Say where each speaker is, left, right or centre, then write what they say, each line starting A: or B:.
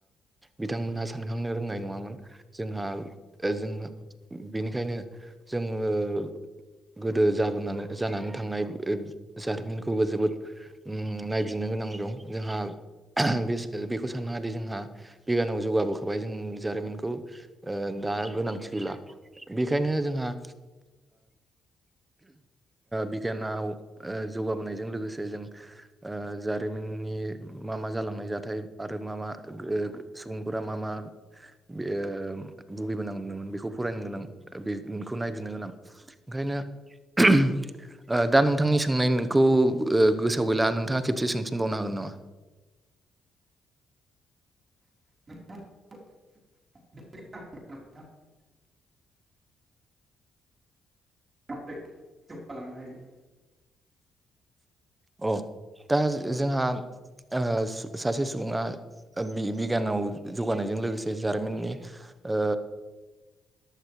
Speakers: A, on the right; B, on the right.
A: बिथांमोनहा सानखांनो रोंनाय नङामोन जोंहा जों बेनिखायनो जोङो गोदो जाबोनानै जानानै थांनाय जारिमिनखौबो जोबोद ओ नायबिनो गोनां दं जोंहा बे बेखौ साननाादि जोंहा बिगानाव जौगाबोखाबाय जों जारिमिनखौ ओ दा गोनांथि गैला बेखायनो जोंहा बिगियानाव जौगाबोनायजों लोगोसे जों जारिमिननि मा मा जालांनाय जाथाय आरो मा मा सुबुंफोरा मा मा बे भुगिबोनां नदोंमोन बेखौ फरायनो गोनां बेखौ नायबिनो गोनां। ओ ओंखायनो दा नोंथांनि सोंनायखौ गोसोआव गैला नोंथाङा खेबसे सोंफिनबावनो हागोन नामा?
B: <unintelligible> <unintelligible> <unintelligible> खालामनो हायो
A: अ दा जोंहा ओ सासे सुबुङा बि- बिगियानाव जौगानायजों लोगोसे जारिमिननि ओ